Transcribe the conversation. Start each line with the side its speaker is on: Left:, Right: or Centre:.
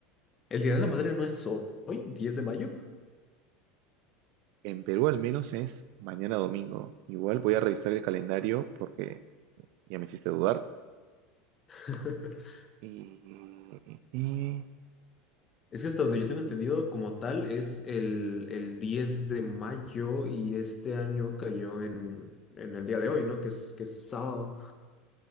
Left: el Día de la Madre no es hoy, 10 de mayo?
Right: En Perú al menos es mañana domingo. Igual voy a revisar el calendario porque ya me hiciste dudar.
Left: <laughs>
Right: Y, y-
Left: Es que hasta donde yo tengo entendido como tal es el, el 10 de mayo y este año cayó en, en el día de hoy, ¿no? Que es, que es sábado.